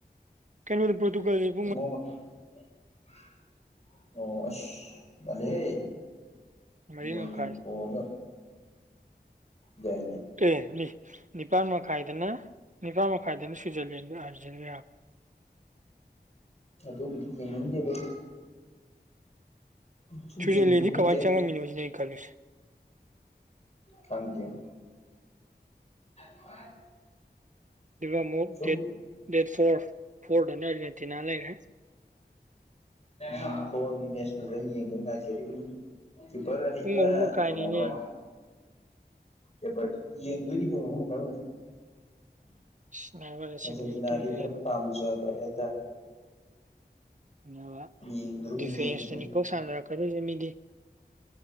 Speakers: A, on the right (about 45°); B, on the left (about 40°).
A: ꯀꯩꯅꯣꯗꯣ ꯄ꯭ꯔꯣꯇꯨꯒꯜꯂꯤ
B: <unintelligible> ꯑꯣ ꯑꯁ ꯃꯥꯜꯂꯤꯍꯦ
A: ꯃꯔꯤ
B: ꯕꯣꯟ
A: ꯃꯈꯥꯏ
B: ꯌꯦꯡꯊꯣꯛꯑꯒ ꯌꯥꯏꯅ‌ꯦ
A: ꯀꯩ ꯅꯤ ꯅꯤꯄꯜ ꯃꯈꯥꯏꯗꯅ ꯅꯤꯄꯥꯥꯟ ꯃꯈꯥꯏꯗꯅ ꯁ꯭ꯋꯤꯖꯔꯂꯦꯟꯒ ꯑꯥꯔꯖꯦꯟꯅꯤꯌ
B: ꯑꯗꯨꯝ ꯌꯦꯡꯅꯤꯡꯗꯦꯗ ꯁꯨꯝ
A: ꯁ꯭ꯋꯤꯖꯔꯂꯦꯟꯖꯤ
B: ꯌꯦꯡꯕꯤꯕꯕꯨꯗꯤ
A: ꯀꯃꯥꯏ
B: ꯌꯥꯏ
A: ꯆꯪꯉꯝꯃꯤꯅꯣ ꯁꯤꯅ‌ꯦ ꯑꯩꯩ ꯈꯜꯂꯤꯁꯤ
B: ꯈꯪꯗꯦꯉꯣ <unintelligible>
A: ꯗꯨꯒ ꯑꯃꯨꯛ
B: ꯁꯨꯝ
A: ꯗꯦꯠ ꯗꯦꯠ ꯐꯣꯔ ꯐꯣꯔꯗꯅ‌ ꯔꯦꯇꯤꯅ ꯂꯩꯔꯦ
B: ꯎꯝ ꯐꯣꯟꯒꯤ ꯃꯦꯁꯇꯁꯨ ꯑꯩ ꯌꯦꯡꯒꯦꯅ ꯉꯥꯏꯖꯔꯤꯕꯅꯤ ꯀꯤꯄꯔ ꯑꯍꯩꯕ
A: ꯄꯨꯡ ꯑꯍꯨꯝ ꯃꯈꯥꯏꯅꯤꯅꯦ
B: ꯀꯩꯅꯣꯒ ꯀꯦꯕ꯭ꯔꯠ ꯌꯦꯡꯗꯣꯏꯅꯤ ꯀꯣꯅꯣ ꯑꯃ ꯃꯈꯥ ꯑꯣꯏꯔꯁꯨ
A: ꯑꯁ ꯅꯥꯕ ꯉꯁꯤꯗꯤ
B: ꯑꯔꯖꯦꯟꯇꯤꯅꯥꯗꯤ
A: ꯑꯩ ꯇꯨꯝꯗ
B: ꯈꯔ
A: ꯌꯥꯔꯣꯏ
B: ꯄꯥꯝꯖꯕ ꯍꯥꯏꯇꯥꯔꯦ
A: ꯗꯨꯒ
B: ꯌꯦꯡꯗ꯭ꯔꯨꯝ
A: ꯗꯤꯐꯦꯟꯁꯇꯅꯤ
B: ꯌꯦꯡꯗ꯭ꯔꯨꯝ
A: ꯀꯣꯛ ꯁꯥꯟꯅꯔꯛꯀꯗꯣꯏꯁꯦ ꯃꯤꯗꯤ